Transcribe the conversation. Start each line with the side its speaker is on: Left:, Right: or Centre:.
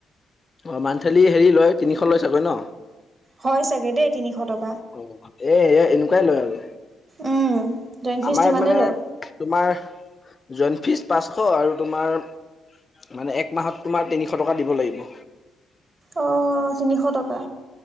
Left: অ মান্থলি হেৰি লয়, তিনিশ লয় চাগৈ ন?
Right: হয় চাগে দেই তিনিশ টক
Left: অ এ এনেকুৱাই লয় আৰু।
Right: উম জইন ফিজ
Left: আমাৰ
Right: তিমানেই
Left: ইয়াত মানে
Right: লয়।
Left: তোমাৰ জই ফিজ পাঁচশ আৰু তোমাৰ মানে এক মাহত তোমাৰ তিনিশ টকা দিব লাগিব।
Right: অ তিনিশ টকা।